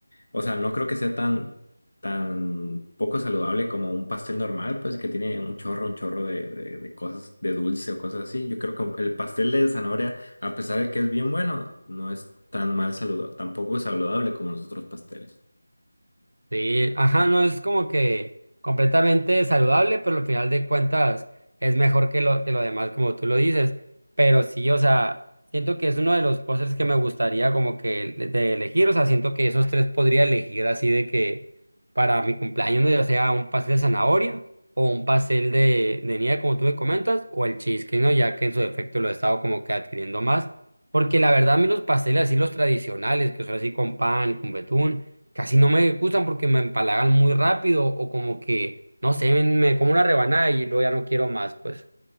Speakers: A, on the left (about 75°); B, on the right (about 80°).
A: o sea, no creo que sea tan, tan poco saludable como un pastel normal, pues que tiene un chorro, un chorro de, de, de cosas, de dulce o cosas así. Yo creo que el pastel de zanahoria, a pesar de que es bien bueno, no es tan mal saludable, tampoco saludable como los otros pasteles.
B: Sí, ajá, no es como que completamente saludable, pero al final de cuentas es mejor que lo, que lo demás, como tú lo dices. Pero sí, o sea, siento que es uno de los postres que me gustaría como que le- de elegir, o sea, siento que esos tres podría elegir así de que para mi cumpleaños, ¿no? ya sea un pastel de zanahoria o un pastel de, de nieve, como tú me comentas, o el cheesecake, ¿no? Ya que en su defecto lo he estado como que adquiriendo más. Porque la verdad, a mí los pasteles así, los tradicionales, que son así con pan y con betún casi no me gustan porque me empalagan muy rápido o como que, no sé, me, me como una rebanada y luego ya no quiero más, pues.